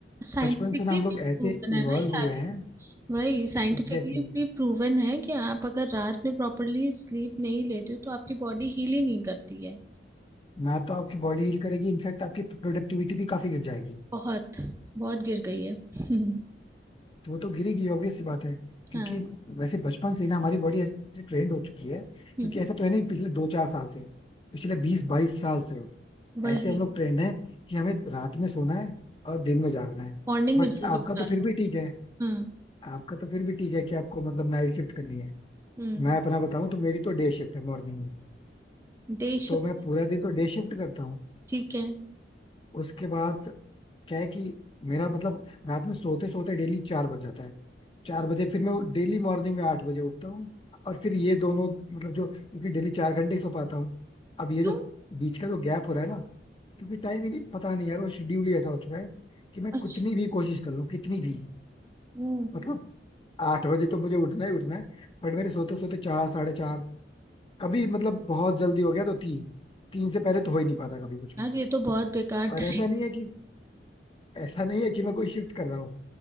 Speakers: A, on the right (about 15°); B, on the left (about 30°).
A: साइंटिफिकली
B: बचपन से ना हम
A: भी
B: लोग ऐसे
A: प्रूवन है
B: इवॉल्व
A: ना यार
B: हुए हैं
A: ये। वही साइंटिफिकली
B: एग्जैक्टली
A: भी प्रूवन है कि आप अगर रात में प्रॉपरली स्लीप नहीं लेते हो तो आपकी बॉडी हील ही नहीं करती है
B: ना तो आपकी बॉडी हील करेगी इनफैक्ट आपकी प्रोडक्टिविटी भी काफी गिर जाएगी
A: बहुत बहुत गिर गई है <laughs>
B: तो वो तो गिरेगी ऑब्वियस सी बात है क्योंकि
A: हाँ
B: वैसे बचपन से ही ना हमारी बॉडी ऐसे ट्रेंड हो चुकी है
A: हम्म,
B: क्योंकि ऐसा तो है नहीं पिछले दो चार साल से पिछले बीस बाईस साल से
A: वही
B: ऐसे हम लोग ट्रेंड है कि हमें रात में सोना है और दिन में जागना है
A: मॉर्निंग
B: बट
A: में जल्दी
B: आपका
A: उठा
B: तो फिर
A: लो
B: भी ठीक है
A: हाँ
B: आपका तो फिर भी ठीक है कि आपको मतलब नाइट शिफ्ट करनी है
A: हम्म
B: मैं अपना बताऊं तो मेरी तो डे शिफ्ट है मॉर्निंग में
A: Day
B: तो
A: shift
B: मैं पूरा दिन तो डे शिफ्ट करता हूँ
A: ठीक है
B: उसके बाद क्या है कि मेरा मतलब रात में सोते सोते डेली चार बज जाता है चार बजे फिर मैं डेली मॉर्निंग में आठ बजे उठता हूँ और फिर ये दोनों मतलब जो क्योंकि डेली चार घंटे ही सो पाता हूँ अब ये
A: क्यों
B: जो बीच का जो गैप हो रहा है ना क्योंकि टाइम ही नहीं पता नहीं यार वो शेड्यूल ही ऐसा हो चुका है कि मैं
A: अच्छा
B: कितनी भी कोशिश कर लूँ कितनी भी
A: वो
B: मतलब आठ बजे तो मुझे उठना ही उठना है बट मेरे सोते सोते चार साढ़े चार कभी मतलब बहुत जल्दी हो गया तो तीन तीन से पहले तो हो ही नहीं पाता कभी कुछ
A: यार
B: भी
A: ये तो बहुत बेकार
B: और
A: टाइम
B: ऐसा नहीं है कि ऐसा नहीं है कि मैं कोई शिफ्ट कर रहा हूँ